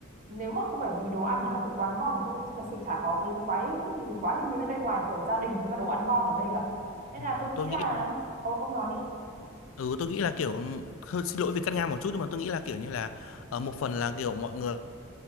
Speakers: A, on the right (about 40°); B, on the left (about 70°).
A: Nếu mà không phải vì đồ ăn ở Hà Nội quá ngon thì tôi thật sự chả có cái quái quá nhiều thứ ở đây ngoài kiểu gia đình với cả đồ ăn ngon ở đây cả. Nên
B: Ừ,
A: là tôi nghĩ
B: tôi
A: là
B: nghĩ là
A: Ờ, ông nói đi.
B: ừ tôi nghĩ là kiểu ừ, hơi xin lỗi vì cắt ngang một chút nhưng mà tôi nghĩ là kiểu như là ờ, một phần là kiểu mọi người